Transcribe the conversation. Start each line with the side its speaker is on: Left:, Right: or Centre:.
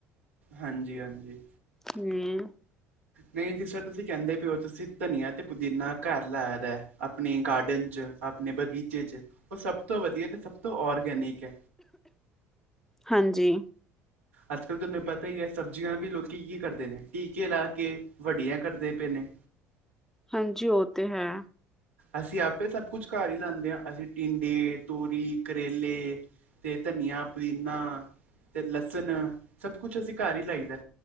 Right: ਹਾਂਜੀ ਹਾਂਜੀ
Centre: ਹਮ
Right: ਨਹੀਂ ਜੀ ਸਰ ਤੁਸੀਂ ਕਹਿੰਦੇ ਪਓ ਤੁਸੀਂ ਧਨੀਆ ਤੇ ਪੁਦੀਨਾ ਘਰ ਲਾਇਆ ਦਾ ਆਪਣੇ ਗਾਰਡਨ ਚ ਆਪਣੇ ਬਗੀਚੇ ਚ ਉਹ ਸਭ ਤੋਂ ਵਧੀਆ ਤੇ ਸਭ ਤੋਂ ਔਰਗੈਨਿਕ ਹੈ।
Centre: ਹਾਂਜੀ
Right: ਅੱਜ ਕੱਲ ਤੁਹਾਨੂੰ ਪਤਾ ਹੀ ਹੈ ਸਬਜ਼ੀਆਂ ਵੀ ਲੋਕੀ ਕੀ ਕਰਦੇ ਨੇ ਟੀਕੇ ਲਾ ਕੇ ਵੱਡੀਆਂ ਕਰਦੇ ਪਏ ਨੇ
Centre: ਹਾਂਜੀ ਉਹ ਤੇ ਹੈ।
Right: ਅਸੀਂ ਆਪੇ ਸਭ ਕੁਛ ਘਰ ਹੀ ਲਾਉਂਦੇ ਹਾਂ ਅਸੀਂ ਟਿੰਡੇ ਤੋਰੀ ਕਰੇਲੇ ਤੇ ਧਨੀਆ ਪੁਦੀਨਾ ਤੇ ਲਸਣ ਸਭ ਕੁਛ ਅਸੀਂ ਘਰ ਹੀ ਲਾਈਦਾ